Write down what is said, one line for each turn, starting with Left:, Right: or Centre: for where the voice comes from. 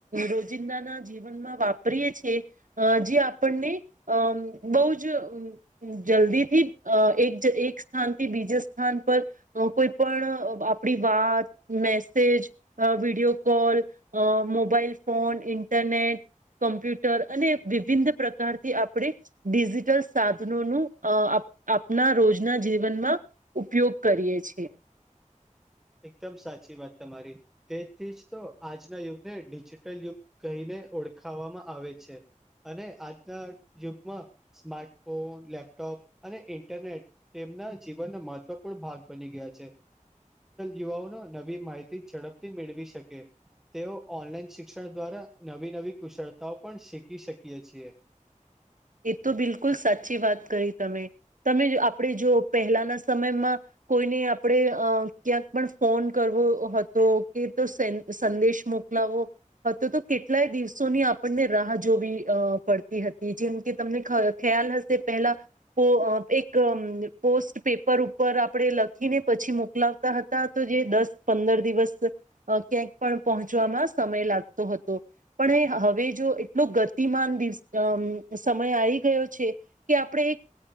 Right: રોજિંદાના જીવનમાં વાપરીએ છેીએ અ જે આપણને અમ બહુ જ જલ્દી થી અ એક એક સ્થાનથી બીજા સ્થાન પર કોઈ પણ આપણી વાત મેસેજ અ વિડીયો કોલ અ મોબાઈલ ફોન ઇન્ટરનેટ કમ્પ્યુટર અને વિવિધ પ્રકારથી આપણે ડિજિટલ સાધ નો ન આપના રોજના જીવનમાં ઉપયોગ કરીએ છીએ <inaudible>
Centre: એકદમ સાચી વાત તમારી તેથી જ તો આજના યુગને ડિજિટલ યુગ કહીને ને ઓળખાવામાં આવે છે અને આજના યુગમાં સ્માર્ટફોન લેપટોપ અને ઈન્ટરનેટ તે ના જીવનનો મહત્વપૂર્ણ ભાગ બની ગયા છે યુવાઓનો નવી માહિતી ઝડપથી મેળવી શકે તેઓ ઓનલાઈન શિક્ષણ દ્વારા નવી નવી કુશળતાઓ પણ શીખી શકીએ છીએ
Right: <inaudible> એ તો બિલકુલ સાચી વાત કરી તમે તમે આપણે જો પહેલાના સમયમાં કોઈને આપણે અ ક્યાંક પણ ફોન કરવો હતો કે તો સ સંદેશમાં મોકલાઓ હતો તો કેટલાય દિવસોની આપણને રાહ જોવી અ પડતી હતી જેમ કે તમને ખ ખ્યાલ હશે પેલા પો એક પોસ્ટ પેપર ઉપર આપણે લખીને પછી મોકલાવતા હતા તો જે દસ પંદર દિવસ ક્યાંક પણ પહોંચવા સમય લાગતો હતો પણ હવે જો એટલો ગતિમાન દિવ સમય આવી ગયો છે કે આપણે એક